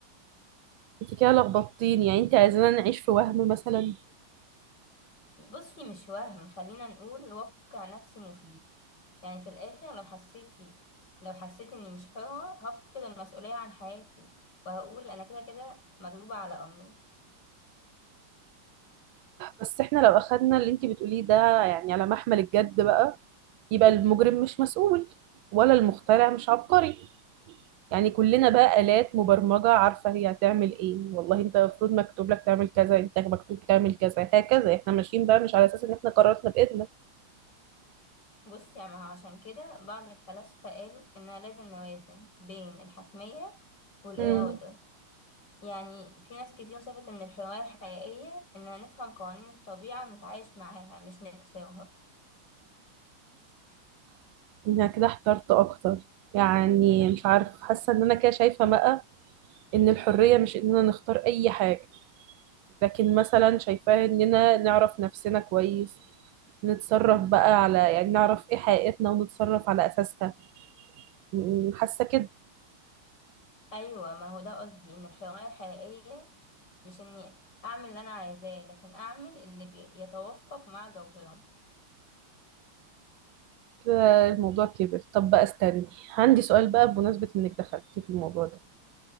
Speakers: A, on the right (about 70°); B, on the left (about 50°).
A: انت كده لخبطتيني يعني انت عايزانا نعيش في وهم مثلا
B: بصي مش وهم خلينا نقول واقع نفسي مفيد يعني في الآخر لو حسيتي لو حسيت إني مش حرة هفقد المسؤولية عن حياتي وهقول أنا كده كده مغلوبة على أمري
A: بس احنا لو اخدنا اللي انتي بتقوليه ده يعني على محمل الجد بقى يبقى المجرم مش مسؤول ولا المخترع مش عبقري يعني كلنا بقى آلات مبرمجة عارفة هي هتعمل ايه والله انت المفروض مكتوب لك تعمل كذا انت مكتوب تعمل كذا هكذا احنا ماشيين بقى مش على اساس ان احنا قررنا بإيدنا
B: بصي يعني عشان كده بعض الفلاسفة قالوا إننا لازم نوازن بين الحتمية والإرادة
A: امم
B: يعني في ناس كتير شافت إن الحرية الحقيقية إننا نفهم قوانين الطبيعة ونتعايش معاها مش نكسرها
A: انا كده احترت اكتر يعني مش عارف حاسة ان انا كده شايفة بقى ان الحرية مش اننا نختار اي حاجة لكن مثلا شايفاها اننا نعرف نفسنا كويس نتصرف بقى على يعني نعرف ايه حقيقتنا ونتصرف على اساسها م- حاسه كده
B: أيوة ما هو ده قصدي إن الحرية الحقيقية مش اني اعمل اللي انا عايزاه لكن اعمل اللي بي- يتوافق مع جوهرنا
A: آه، الموضوع كبر طب بقى استني عندي سؤال بقى بمناسبه انك دخلتي في الموضوع ده